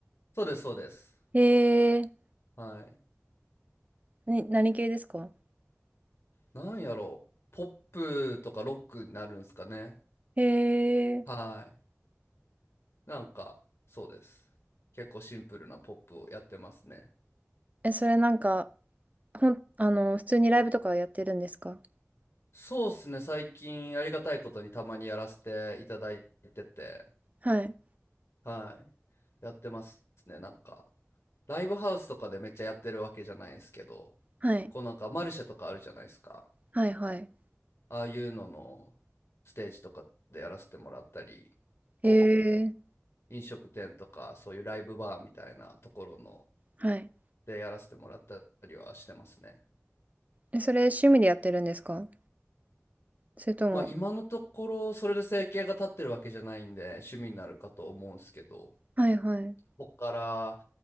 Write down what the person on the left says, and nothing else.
そうです、そうです。
はい。
なんやろう、ポップとかロックになるんですかね。
はい。なんか、そうです。結構シンプルなポップをやってますね。
そうですね、最近ありがたいことにたまにやらせていただいてて、
はい。やってますね、なんか。ライブハウスとかでめっちゃやってるわけじゃないんですけど、
こうなんかマルシェとかあるじゃないですか。
ああいうののステージとかでやらせてもらったり、こ
う、飲食店とかそういうライブバーみたいなところの
でやらせてもらったりはしてますね。
まあ今のところそれで生計が立ってるわけじゃないんで趣味になるかと思うんですけど、
ここから